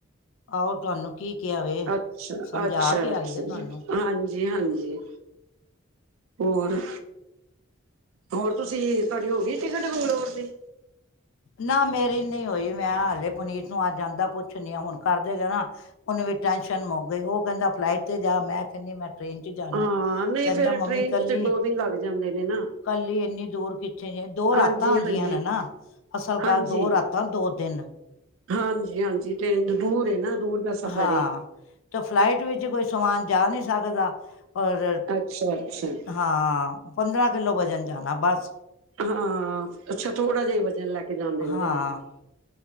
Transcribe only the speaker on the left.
ਆਹੋ ਤੁਹਾਨੂੰ ਕੀ ਕਿਹਾ ਵੇ।
ਸਮਝਾ
ਕੇ
ਆਈ ਹੈ ਤੁਹਾਨੂੰ ਹਮ
ਨਾ ਮੇਰੀ ਨਹੀਂ ਹੋਈ ਮੈਂ ਹਾਲੇ ਪੁਨੀਤ ਨੂੰ ਅੱ ਜਾਂਦਾ ਪੁੱਛ ਨ ਆ ਹੁਣ ਕਰਦੇ ਗ ਨਾ। ਉਹਨੂੰ ਵੀ ਟੈਨਸ਼ਨ ਮੁਕ ਗਈ। ਉਹ ਕਹਿੰਦਾ ਫਲਾਈਟ ਤੇ ਜਾ ਮੈਂ ਕਹਿੰਦੀ ਮੈਂ ਟ੍ਰੇਨ ਚ' ਜਾਣਾ।
ਕਹਿੰਦਾ
ਮੰਮੀ
ਕੱਲੀ,
ਕੱਲੀ ਇੰਨੀ ਦੂਰ ਕੀਤੀ ਪਿੱਛੇ ਦੋ
ਰਾਤਾਂ ਆਉਂਦੀਆਂ
ਨੇ ਨਾ। ਅਸਲ
ਗੱਲ ਦੋ ਰਾਤਾਂ ਦੋ ਦਿਨ
ਹਾਂ,
ਤੇ ਫਲਾਈਟ ਵਿੱਚ ਕੋਈ ਸਮਾਨ ਜਾ ਨਹੀਂ ਸਕਦਾ। ਔਰ
ਹਾਂ ਪੰਦਰਾਂ ਕਿਲੋ ਵਜਨ ਜਾਣਾ। ਬਸ
ਹਾਂ